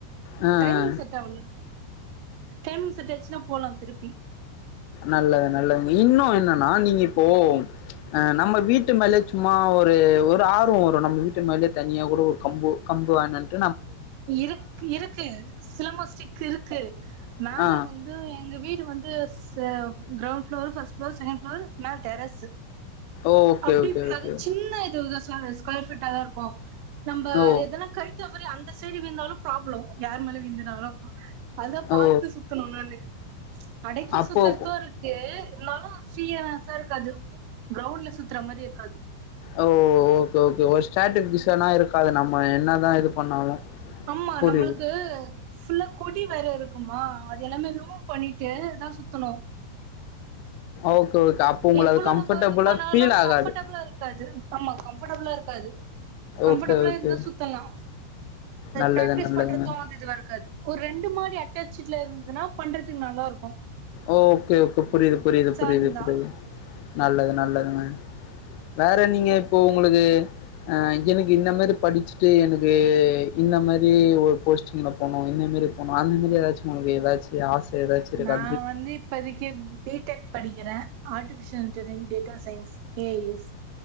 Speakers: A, on the left; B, on the right.
A: ஆ ஆ
B: டைமிங் செட்ட ஆவல டைமிங் செட் ஆயிடுச்சுன்னா போலாம் திருப்பி
A: நல்லது நல்லதுங்க இன்னும் என்னன்னா நீங்க இப்போ அ நம்ம வீட்டு மேலயே சும்மா ஒரு ஒரு ஆர்வம் வரும் நம்ம வீட்டு மேலேயே தனியா கூட ஒரு கம்பு கம்பு வேணாட்டு
B: இருக் இருக்கு சேமோ ஸ்டிக் இருக்கு மேல
A: ஆ
B: வந்து எங்க வீடு வந்து செ ground floor first floor second floor மேல டெரஸ்
A: ஓகே
B: அப்படி
A: ஓகே ஓகே
B: அது சின்ன இதுதான் ஸ்கொயர் பீட்டா தான் இருக்கும் நம்ம
A: ஓ
B: எதனா கழித்த மாதிரி அந் இந்த சைடு விழுந்தாலும் ப்ராப்ளம் யாரு மேல விழுந்தனாலும் அதான்
A: ஓ
B: பார்த்து சுத்தணும் என்னன்னு அடைக்கி
A: அப்போ
B: சுத்துறதும் இருக்கு இருந்தாலும் சீரியஸ்சா இருக்காது கிரவுண்ட்ல சுத்துற மாரி இருக்காது
A: ஓ ஓகே ஓகே ஒரு ஸ்டேட்டர்ஜினா இருக்காது நம்ம என்னதான் இது பண்ணாலு
B: ஆமா
A: புரியுது
B: நம்மளுக்கு ஃபுல்லா கொடி வேற இருக்கு இருக்குமா அது எல்லாமே ரிமூவ் பண்ணிட்டு தா சுத்தணு
A: ஓகே ஓகே அப்போ உங்கள
B: எவ்வளவு
A: அது கம்ஃபர்டபுளா
B: நம்ம இது பண்ணாலு
A: ஃபீல் ஆகாது
B: கம்ஃபர்டபுளா இருக்காது ஆமா கம்ஃபர்டபுளா இருக்காது கம்ஃபர்டபுளா
A: ஓகே ஓகே
B: இருந்த சுத்தலா
A: நல்லது
B: பிராக்டிஸ்
A: நல்லதுங்க
B: பண்றது வந்து இதுவா இருக்காது ஒரு ரெண்டு மாதிரி டச்சுல இருந்ததுனா பண்றதுக்கு நல்லா இருக்கு
A: ஓ ஓகே ஓகே புரியுது புரியுது புரியுது
B: இருந்தா
A: புரியுது நல்லது நல்லதுங்க வேற நீங்க இப்போ உங்களுக்கு ஆ எனக்கு இந்த மாதிரி படிச்சுட்டு எனக்கு இந்த மாதிரி ஒரு போஸ்டிங்ல போனோ இந்த மாதிரி போனோ அந்த மாதிரி ஏதாச்சு உங்களுக்கு ஏதாச்சு ஆசை ஏதாச்சு இருக்கா
B: நான் வந்து இப்போதைக்கு பி டெக் படிக்கிறே artificial intelligent data science A I S